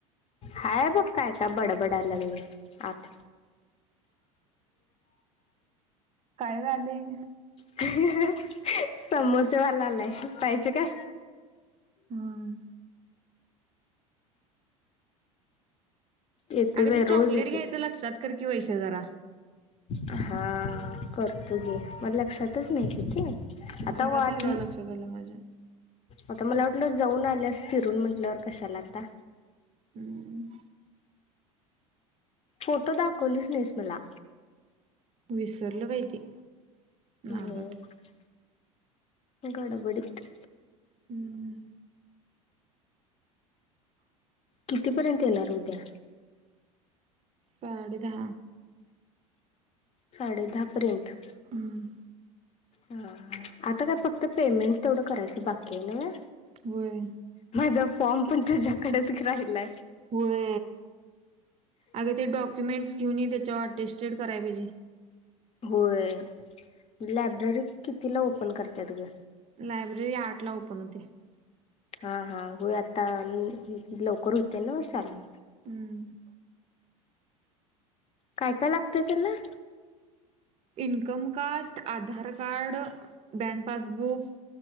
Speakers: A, on the left (about 35°); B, on the right (about 35°).
A: हाय बघ काय का बडबडायला लागले आत
B: काय झालेय.
A: ह. समोसेवाला आलाय पाहिजे काय?
B: हम्म
A: येते
B: अगं
A: बाई
B: ते
A: रोज
B: चॉकलेट
A: येते
B: घ्यायचं
A: ते
B: लक्षात कर की वैसे जरा.
A: हा करतो घे मग लक्षातच नाहीतीत
B: घरात
A: आता वाटली
B: आल्यावर लक्षात आलं माझ्या.
A: आता मला वाटलं जाऊन आल्यास फिरून म्हटल्यावर कशाला आता.
B: हम्म.
A: फोटो दाखवलीच नाहीस मला
B: विसरलं पाहिजे ना
A: होय
B: द
A: गडबडीत
B: हम्म
A: कितीपर्यंत येणार उद्या?
B: पाड का?
A: साडे दहापर्यंत.
B: हम्म.
A: ह आता काय फक्त पेमेंट तेवढं करायची बाकी आहे ना.
B: व
A: माझा फॉर्म पण तुझ्याकडेच राहिलाय.
B: होय अगे ते डॉक्युमेंट्स घेऊन ये त्याच्यावर टेस्टेड कराय पाहिजे.
A: होय लायब्ररी कितीला ओपन करतात ग.
B: लायब्ररी आठ ला ओपन होते.
A: हां हां होय आता लवकर होते ना चालू.
B: हम्म
A: काय काय लागतय त्याला
B: income caste Aadhaar card bank passbook.